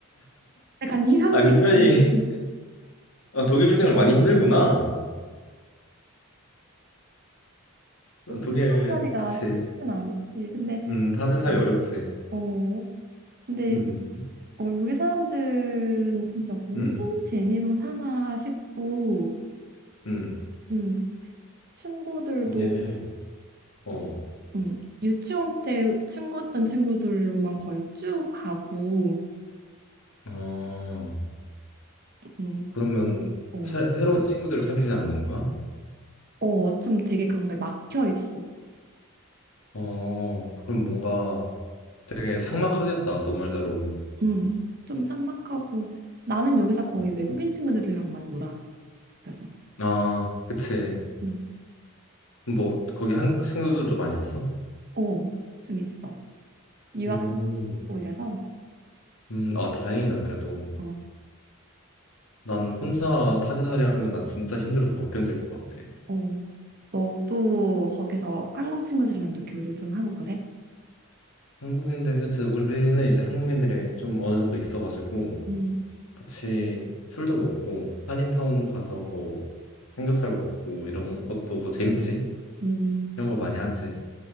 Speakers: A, on the right (about 45°); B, on the left (about 75°).
A: 약간 이런
B: 아니,
A: 느낌.
B: 편히 <laughs> 아, 독일 생활 많이 힘들구나. 어,
A: 어찌
B: 독일
A: 사투리가
B: 그치?
A: 쉽진 않지. 근데
B: 음, 다들 살이
A: 어,
B: 어렵지.
A: 어, 근데
B: 음.
A: 어, 여기 사람들은 진짜 무슨
B: 음.
A: 재미로 사나 싶고,
B: 음.
A: 음, 친구들도
B: 독일. 어.
A: 음, 유치원 때 친구였던 친구들로만 거의 쭉 가고,
B: 아.
A: 음,
B: 그러면
A: 어,
B: 새, 새로운 친구들을 사귀지 않는 거야?
A: 어, 좀 되게 그런 거에 막혀 있어.
B: 어, 그럼 뭔가 되게 삭막하겠다, 너 말대로.
A: 음, 좀 삭막하고 나는 여기서 거의
B: 음.
A: 외국인 친구들이랑만 놀아. 그래서
B: 아, 그치.
A: 음,
B: 뭐, 거기 한국 친구들도 많이 있어?
A: 어, 좀 있어. 유학
B: 오,
A: 뭐 이래서
B: 음, 아, 다행이다, 그래도.
A: 어,
B: 난 혼자 타지살이 하면 나 진짜 힘들어서 못 견딜 것 같아.
A: 어, 너도 거기서 한국 친구들이랑도 교류 좀 하고 그래?
B: 한국인들, 그치. 우리는 이제 한국인들이 좀 어느 정도 있어가지고,
A: 음,
B: 같이 술도 먹고, 한인타운 가서 뭐, 삼겹살 먹고, 이런 것도 재밌지?
A: 음,
B: 이런 거 많이 하지.